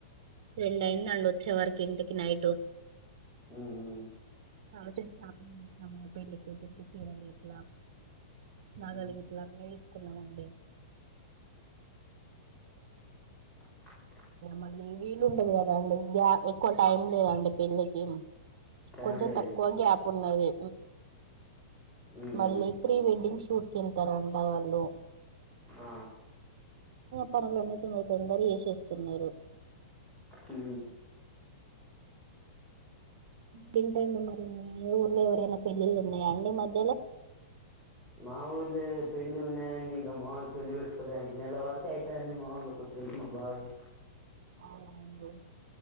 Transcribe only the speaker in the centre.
ఉ ఉ
ఉమ్.
కిటికీ సౌండ్
టైం
లేదు
ఉమ్,
ఆ
ఉ
మావోల్లె పెళ్లి ఉన్నాయంండి ఇంకా మామలు పెళ్లి పెట్టుకోలేండి నెల వరకు అవుతా అండి మాముూలు ఒక పెళ్లి మా బావది